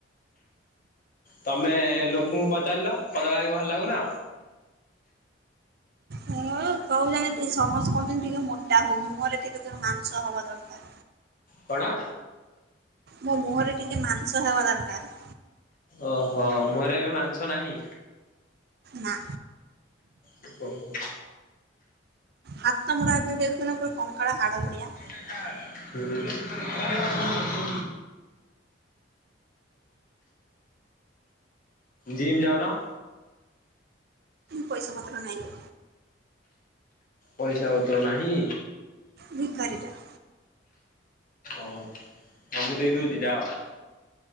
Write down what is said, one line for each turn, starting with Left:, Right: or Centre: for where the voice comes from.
Left: ତମେ ଲୋକଙ୍କୁ ପଚାରିଲ ପତଳା ହେଇକି ଭଲ ଲାଗୁନ।
Right: ହଁ କୋଉ ଜାଣିଛି ସମସ୍ତେ କହୁଛନ୍ତି ଟିକେ ମୋଟା ହଉ ମୁହଁରେ ଟିକେ ମାଂସ ହବା ଦରକାର।
Left: କଣ?
Right: ମୋ ମୁହଁରେ ଟିକେ ମାଂସ ହେବା ଦରକାର।
Left: ଓହୋ ମୁହଁ ରେ ଏବେ ମାଂସ ନାହିଁ?
Right: ନାଁ।
Left: ଟିପୋ <unintelligible>
Right: ହାତ ଗୁଡା ଆଗେ ଦେଖୁନ ପୁରା କଙ୍କାଳ ହାଡ ଭଳିଆ।
Left: ହୁଁ <inaudible> ଜିମ୍ ଯାଉନ?
Right: ପଇସା ପତ୍ର ନାଇଁ।
Left: ପଇସା ପତ୍ର ନାହିଁ।
Right: ଭିକାରୀଟା।
Left: ଓହୋ ହଉ ମୁଁ ଦେଇ ଦଉଚି ଯାଅ।